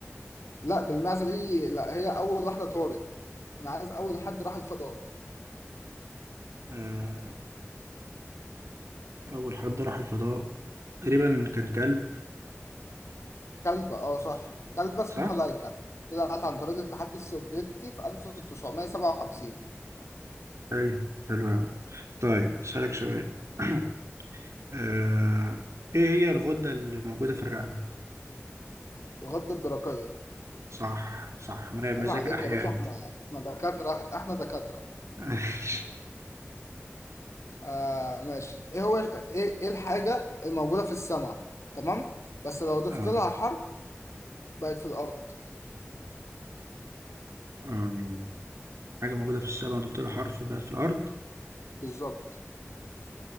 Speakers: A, on the left; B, on the right.
A: لا بالمعزه دي لا هي اول واحده طارت انا عايز اول حد راح الفضاء
B: آه. أول حد راح الفضاء تقريبا كان كلب
A: كلبه اه صح كلبه اسمها
B: صح؟
A: لايكا طلعت عن طريق الاتحاد السوفيتي في 1957
B: حلو حلو أوي طيب أسألك سؤال <clears throat> آه، ايه هي الغدة اللي موجودة في الرقبة؟
A: الغده الدرقيه
B: صح صح مراقب مذاكر
A: عيب عليك
B: احياء
A: يا باشا
B: انت
A: احنا احنا دكاتره احنا دكاتره
B: <laughs>
A: آه ماشي ايه هو ايه ايه الحاجه الموجوده في السماء تمام بس لو ضفت
B: اه
A: لها حرف بقت في الارض
B: آم، حاجة موجودة في السماء وضفت لها حرف بقت في الأرض
A: بالظبط